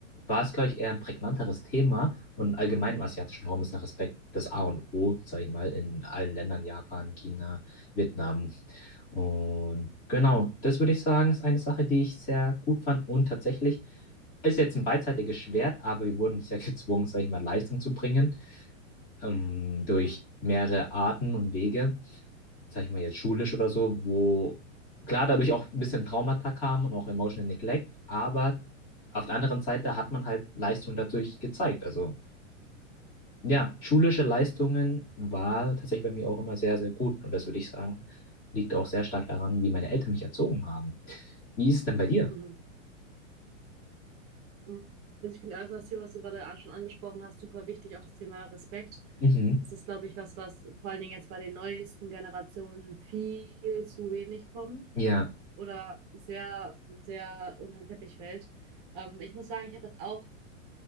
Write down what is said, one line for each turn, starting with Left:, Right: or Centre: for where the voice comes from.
Left: war es, glaube ich, eher ein prägnanteres Thema und allgemein im asiatischen Raum ist der Respekt das A und O, sag ich mal, in allen Ländern, Japan, China, Vietnam und genau, das würde ich sagen, ist eine Sache, die ich sehr gut fand und tatsächlich ist jetzt ein beidseitiges Schwert, aber wir wurden sehr <laughs> gezwungen, sag ich mal, Leistung zu bringen, ähm, durch
Right: Mhm.
Left: mehrere Arten und Wege sag ich mal jetzt schulisch oder so, wo klar dadurch auch ein bisschen Traumata kamen und auch Emotional Neglect, aber auf der anderen Seite hat man halt Leistung dadurch gezeigt. Also ja, schulische Leistungen war tatsächlich bei mir auch immer sehr, sehr gut und das würde ich sagen, liegt auch sehr stark daran, wie meine Eltern mich erzogen haben. Wie ist es denn bei dir?
Right: Mhm. Mhm. Also ich finde erstmal das hier, was du gerade an- schon angesprochen hast, super wichtig, auch das Thema Respekt.
Left: Mhm.
Right: Das ist, glaube ich, was, was vor allen Dingen jetzt bei den neuesten Generationen viel zu wenig kommt
Left: Ja,
Right: oder sehr, sehr unter den Teppich fällt. Ähm, ich muss sagen, ich habe das auch